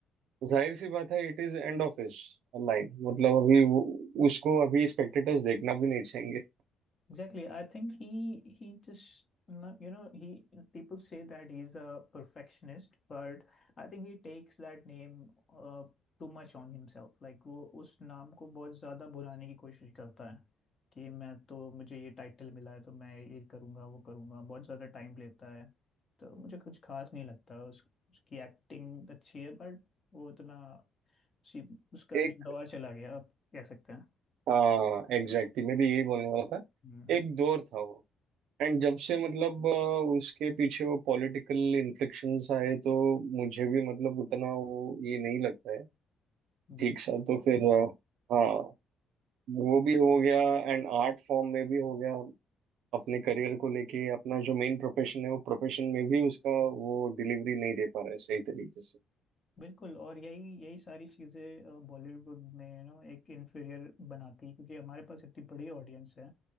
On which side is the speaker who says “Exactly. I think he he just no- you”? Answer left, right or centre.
Left